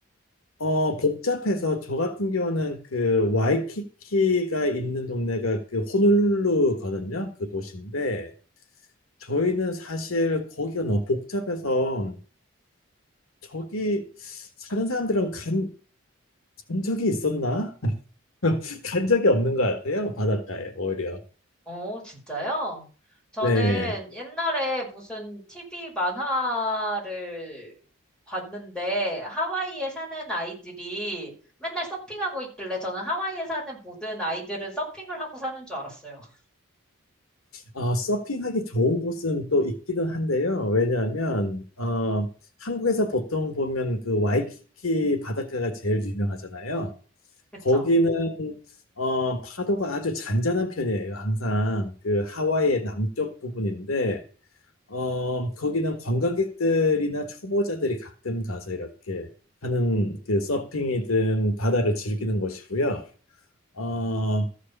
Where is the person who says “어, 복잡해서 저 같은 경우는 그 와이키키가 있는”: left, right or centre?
Left